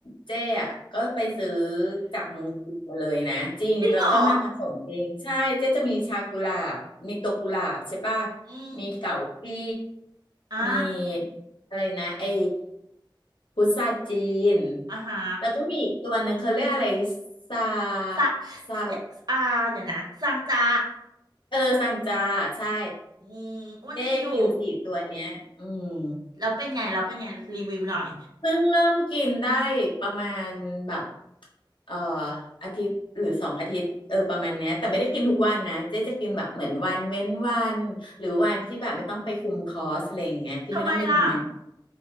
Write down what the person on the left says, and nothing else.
เจ๊อะก็ไปซื้อจากเมืองจีนมาเลยนะจริงแล้วก็มาผสมเองใช่เจ๊จะมีชากุหลาบมีตัวกุหลาบใช่ป่ะ
มีเก๋ากี้
มีอะไรนะไอ้พุทราจีน
แล้วก็มีอีกตัวหนึ่งเขาเรียกอะไรซา
ซา
เออซังจาใช่
เจ๊กินสี่ตัวเนี้ยอืม
เพิ่งเริ่มกินได้ประมาณแบบเอ่ออาทิตย์หรือสองอาทิตย์เออประมาณเนี้ยแต่ไม่ได้กินทุกวันนะเจ๊จะกินแบบเหมือนวันเว้นวันหรือวันที่แบบไม่ต้องไปคุมคอร์สอะไรอย่างเงี้ยที่ไม่ต้องไปทำงาน